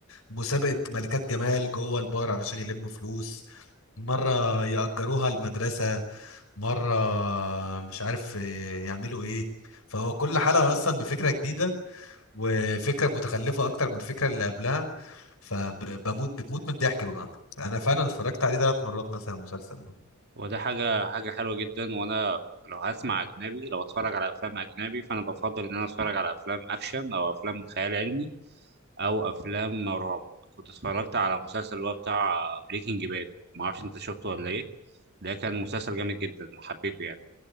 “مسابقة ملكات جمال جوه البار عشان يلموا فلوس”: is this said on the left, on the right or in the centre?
Left